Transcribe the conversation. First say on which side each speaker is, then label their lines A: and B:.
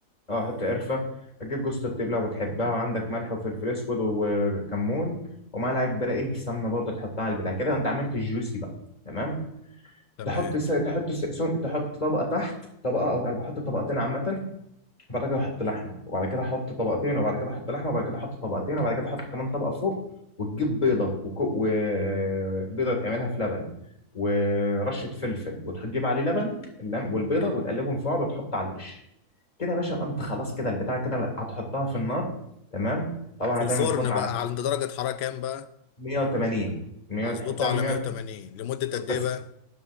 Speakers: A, on the left; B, on the left.
A: اه حط قرفه هتجيب جوزة الطيب لو بتحبها وعندك ملح وفلفل اسود وكمون ومعلقه كبيره ايه سمنه برضه تحطها على البتاع كده انت عملت الجوسي بقى تمام
B: تمام
A: تحط س... تحط س... سم... تحط طبقه تحت طبقه او انا بحط طبقتين عامه بعد كده احط لحمه وبعد كده احط طبقتين وبعد كده احط لحمه وبعد كده احط طبقتين وبعد كده احط كمان طبقه فوق وتجيب بيضه وكو... وبيضه تعملها في لبن ورشه فلفل وتجيب عليه لبن اللم... والبيضه وتقلبهم في بعض وتحط على الوش كده يا باشا يبقى انت خلاص كده البتاع كده هتحطها في النار تمام طبعا
B: في
A: هتعمل
B: الفرن
A: فرن
B: بقى
A: على
B: عند درجة حرارة كام بقى
A: 180 100
B: هظبطه
A: تحطها من
B: على
A: 100
B: 180 لمدة قد
A: بس
B: ايه بقى